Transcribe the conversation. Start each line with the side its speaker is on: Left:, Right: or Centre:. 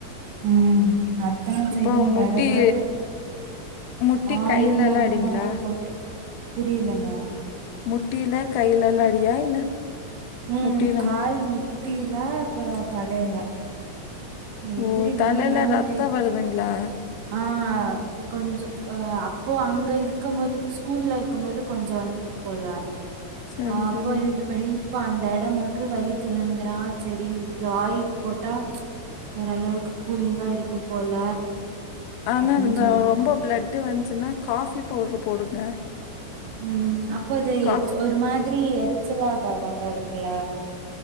Right: உம் அதா
Left: இப்போ
Right: சரி வேற
Left: முட்டி
Right: எதாவது
Left: முட்டி
Right: ஆயில்
Left: கையிலலாம்
Right: அந்த
Left: அடிங்களா?
Right: மாரி போட்டு புரியலங்க
Left: முட்டியில கையிலல்லா அடியா இல்ல
Right: உம்
Left: முட்டியில
Right: கால்
Left: மட்டும்
Right: முட்டியில அப்பறோ தலையில நீ எப்டி
Left: ஓ!
Right: விழுந்தான்னு
Left: தலையில ரத்தம்
Right: தெரியும்
Left: வருதுங்களா?
Right: ஆஹ் கொஞ்சம் ஹஹ இப்போ அங்க இருக்கும் போது ஸ்கூல்ல இருக்கும் போது கொஞ்சம் வந்திருக்கு போல
Left: சரி,
Right: ஆஹ் அப்போ
Left: சரி.
Right: <unintelligible> இப்போ அந்த இடம் மட்டும் வலிக்குதுங்கிறான் செரி இது ஆயில் போட்டா ஓரளவுக்கு கூலிங்கா இருக்கு போல
Left: ஆனா
Right: அப்டின்னு
Left: அவுங்க
Right: சொல்லு
Left: ரொம்ப பிளட் ட்டு வந்துச்சுன்னா காபி பவுடர் போடுங்க
Right: உம் இப்போத
Left: காஃப்
Right: ஒரு மாதிரி எரிச்சல் ஆகாத அந்த எடத்துல